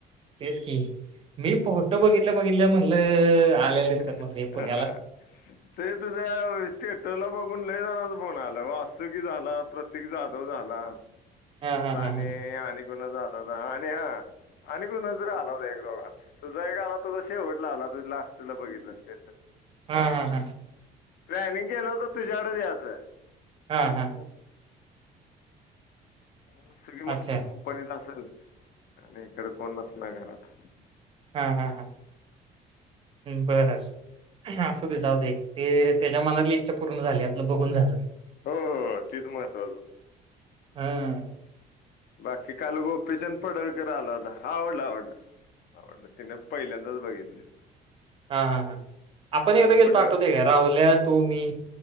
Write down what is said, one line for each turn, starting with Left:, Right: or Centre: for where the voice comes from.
Right: तेच की मी फोटो बघितल्या बघितल्या म्हणलं आलेले दिसतात
Left: हा
Right: म्हणलं हे पुण्याला.
Left: ते तुझ्या स्टेटसला बघून लय जानाच फोन आला वासुकी झाला प्रतीक जाधव झाला
Right: हां, हां, हां,
Left: आणि
Right: हां.
Left: आणि आला होता आणि हा आणि कुणाचा आला होता एक दोघां तुझा एक आला तुझा शेवटला आला तुझ लाट चला बघितला स्टेटस
Right: हा हा हा
Left: प्लॅनिंग केलं होतं तुझ्याकड यायचं
Right: हां, हां.
Left: <inaudible> <unintelligible> सगळी म्हटलं
Right: अच्छा.
Left: कंपनीत असेल. आणि इकड कोणीच नाही घरात. ह.
Right: हा हा हा बरं. <unintelligible> जाऊदे ते त्याच्या मनातली इच्छा पूर्ण झाली आपलं बघून झालं.
Left: हो हो तीच महत्त्वाचं.
Right: हम्म.
Left: बाकी काल गोपीचंद पडळकर आला होता. आवडला आवडलं आवडलं तिने पहिल्यांदाच बघितलं.
Right: हा हा हा. आपण
Left: काल
Right: एकदा
Left: पडळ
Right: गेलतो आठवतं काय राहुल्या तू मी